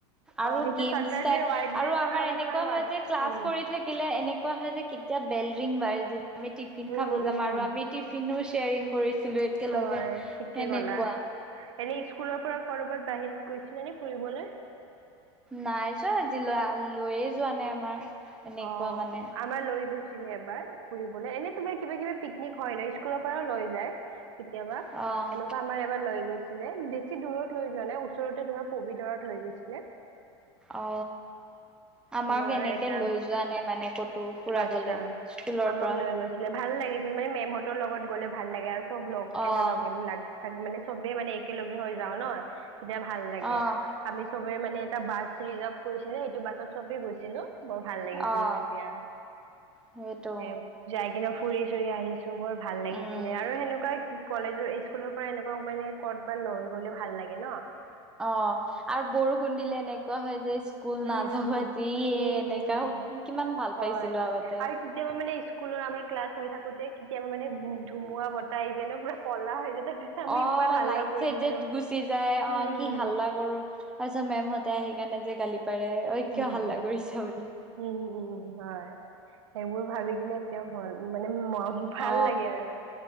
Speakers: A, in the centre; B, on the right (about 85°).
A: আৰু
B: অঁ সেইটো
A: গেমছাই
B: চাটাৰডে হোৱাইট ড্ৰেছৰ
A: আৰু আমাৰ
B: লগত
A: এনেকুৱা
B: তোমাৰ হোৱাইট
A: হয় যে ক্লাছ
B: উম
A: কৰি থাকিলে এনে এনেকুৱা হয় যে কেতিয়া বেল ৰিং বাঢ়ি যে আমি টিফিন
B: উম
A: খাব যাম
B: উম
A: আৰু আমি টিফিনো শ্বেয়েৰিং কৰিছ ছিলো একেলগে
B: হয় ঠিকে
A: সেনেকুৱা।
B: ক'লা এনেই স্কুলৰ পৰা কৰবাত বাহিৰত গৈছিলে নে ফুৰিবলে?
A: নাই যোৱা আজিলৈ লৈয়ে যোৱা নাই আমাৰ। এনেকুৱা
B: অ
A: মানে
B: আমাৰ লৈ গৈছ এবাৰ ফুৰিব এনে তোমাৰ কিবা কিব পিকনিক হয় ন স্কুলৰ পৰাও লৈ যায়। কেতিয়াবা এনেকুৱা
A: অ',
B: আমাৰ এবাৰ লৈ গছিলে বেছি দূৰত লৈ যোৱা নাই ওচৰতে তোমাৰ পবিতৰত লৈ গৈছিলে।
A: অ আমাক
B: তোমাৰ
A: এনেকে
B: এটা
A: লৈ য যোৱা নে মানে ক'তো ফুৰাবলে
B: আচ্ছা
A: স্কুলৰ
B: আমাক
A: পৰা।
B: লৈ গৈছে ভাল লাগিছিল মানে মেমহতৰ লগত গ'লে ভাল লাগে আৰু চব লগ কেইটাৰ
A: অ',
B: লগ লাগ মানে চবেই মানে একেলগে হৈ যাও ন তেতিয়া ভাল লাগে
A: অ',
B: আমি চব, মানে এটা বাছ ৰিজাৰ্ভ কৰিছিলে সেইটো বাছত চবে গৈছিলো। ভাল লাগিছিলে
A: অ',
B: তেতিয়া
A: সেইটো
B: এ যাই কিনে ফুৰি চুৰি আহি, বৰ ভাল লাগিছিলে
A: উম,
B: আৰু সেনেকুৱাই, কলেজৰ স্কুলৰ পৰা এনেকুৱা মানে ক'ত বা লৈ গলে ভাল লাগে ন।
A: অ আৰু বৰষুণ দিলে এনেকুৱা হয়। যে স্কুল
B: উম
A: নাযাও আজি
B: উম
A: এ এনেকা
B: উম উম
A: কিমান ভাল
B: হয়
A: পাইছিলো আগতে।
B: আৰু কেতিয়াবা মানে স্কুলৰ আমাৰ ক্লাছ হৈ থাকোতে কেতিয়াবা মানেম ধুমুহা বতাহ আহি যায় ন পুৰা ক'লা হৈ যায়, তাৰপিছত আমি
A: অ
B: ইমান হাল্লা
A: লাইট
B: কৰিছিলো
A: চাইট যে গুচি যায়
B: উম
A: অ কি হাল্লা কৰো তাৰপিছত মেমহতে আহি সেইকাৰণে যে গালি পাৰে ঐ কিয়
B: উম
A: হাল্লা
B: উম
A: কৰিছা বুলি
B: উম উম হয় সেইবোৰ ভাবি কি এতিয়াও ভয় মানে ম- ভাল
A: অ
B: লাগে আৰু